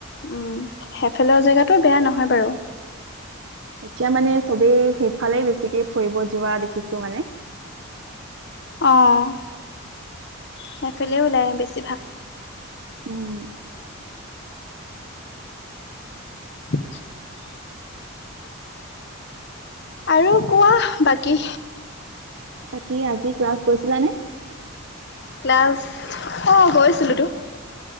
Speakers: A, on the left (about 50°); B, on the right (about 60°).
A: উ হেফালৰ জেগাতটো বেয়া নহয় বাৰু
B: এতিয়া মানে চবেই সেইফালেই বেছিকে ফুৰিব যোৱা দেখিছো মানে
A: অঁ সেইফালে ওলায় বেছিভাগ
B: উম
A: <unintelligible> আৰু কোৱা বাকী
B: বাকী আজি ক্লাছ গৈ ছিলানে
A: ক্লাছ অ গৈছিলোতো